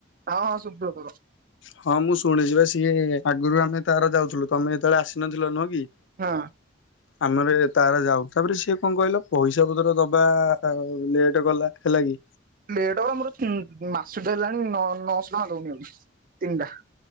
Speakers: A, on the right (about 45°); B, on the left (about 75°).
A: ହଁ ହଁ ସୁବ୍ରତର।
B: ହଁ ମୁଁ ଶୁଣିଛି ବା ସିଏ ଆଗରୁ ଆମେ ତାର ଯାଉଥିଲୁ ତମେ ଯେତେବେଳେ ଆସିନଥିଲ ନୁହଁ କି।
A: ହଁ।
B: ଆମର ଏ ତାର ଯାଉ ତାପରେ ସିଏ କଣ କହିଲ ପଇସା ପତ୍ର ଦବା ଲେଟ କଲା ହେଲା କି।
A: ଲେଟ୍ ହେଲା ମୋର ମାସଟା ହେଲାଣି ନଅ ନଅଶହ ଟଙ୍କା ଦଉନି ଆଉ। ତିନଟା।